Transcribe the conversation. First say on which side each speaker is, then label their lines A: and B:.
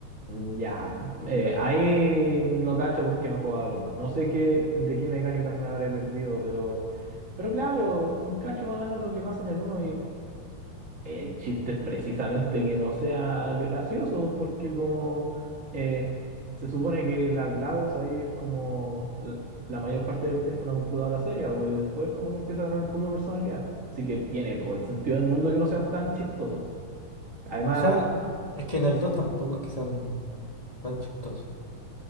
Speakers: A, on the right; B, on the left.
A: mm, ya, eh, ahí no cacho porque no jugaba al uno. No sé qué, de qué mecánicas me habré perdido, pero, pero claro, cacho más o menos lo que pasa en el uno y El chiste es precisamente que no sea gracioso, porque como eh, se supone que la GLaDOS ahí es como la, la mayor parte del tiempo una computadora seria, bo, y después como que empieza a ganar un poco de personalidad. Así que tiene todo el sentido del mundo que no sean tan chistosos. Además,
B: O sea, es que en el 2 tampoco es que sean tan chistosos.